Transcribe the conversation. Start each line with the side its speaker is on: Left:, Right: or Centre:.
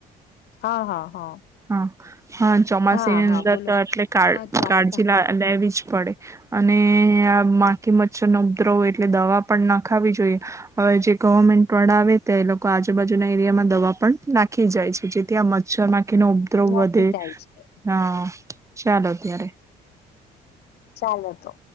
Left: હા હા હા.
Right: હ હા ચોમાસીની
Left: હા હા
Right: અંદર
Left: બોલો
Right: તો એટલી કાળજી
Left: હા ચોમાસા
Right: લેવી જ પડે. અને આ માખી મચ્છરનો ઉદ્રવ એટલે દવા પણ નખાવી જોઈએ. હવે જે ગવર્મેન્ટ વાળા આવે તે લોકો આજુબાજુના એરિયામાં દવા પણ નાખી જાય છે. જેથી આ મચ્છર માખી કે ન ઉદ્રવધે
Left: નક્કી થાય છે
Right: હા ચાલો ત્યારે.
Left: ચાલો તો